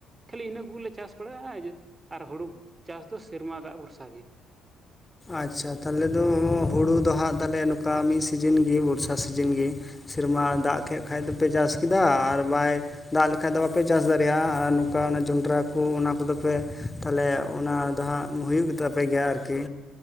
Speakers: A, on the right; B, on the left.
A: ᱠᱷᱟᱹᱞᱤ ᱤᱱᱟᱹ ᱠᱚᱜᱮᱞᱮ ᱪᱟᱥ ᱵᱟᱲᱟᱜᱼᱟ ᱟᱨ ᱦᱩᱲᱩ ᱪᱟᱥ ᱫᱚ ᱥᱮᱨᱢᱟ ᱫᱟᱜ ᱵᱷᱚᱨᱥᱟ ᱜᱮ,
B: ᱟᱪᱪᱷᱟ ᱛᱟᱦᱚᱞᱮ ᱫᱚ ᱦᱩᱲᱩ ᱫᱚ ᱦᱟᱸᱜ ᱛᱟᱦᱚᱞᱮ ᱱᱚᱝᱠᱟ ᱢᱤᱫ ᱥᱤᱡᱤᱱᱜᱤ ᱵᱚᱨᱥᱟ ᱥᱤᱡᱤᱱᱜᱤ ᱥᱮᱨᱢᱟ ᱫᱟᱜ ᱟᱛᱮ ᱠᱷᱟᱡ ᱫᱚᱯᱮ ᱪᱟᱥ ᱠᱮᱫᱟ ᱟᱨ ᱵᱟᱭ, ᱫᱟᱜ ᱞᱮᱠᱷᱟᱡ ᱫᱚ ᱵᱟᱯᱮ ᱪᱟᱥ ᱫᱟᱲᱮᱭᱟᱜᱼᱟ ᱾ ᱟᱨ ᱱᱚᱝᱠᱟ ᱡᱚᱱᱰᱨᱟ ᱠᱚ ᱚᱱᱟ ᱠᱚᱫᱚ ᱯᱮ ᱛᱟᱦᱚᱞᱮ ᱚᱱᱟ ᱫᱚ ᱦᱟᱸᱜ, ᱦᱩᱭᱩᱜ ᱜᱮ ᱛᱟᱯᱮ ᱜᱮᱭᱟ ᱟᱨᱠᱤ?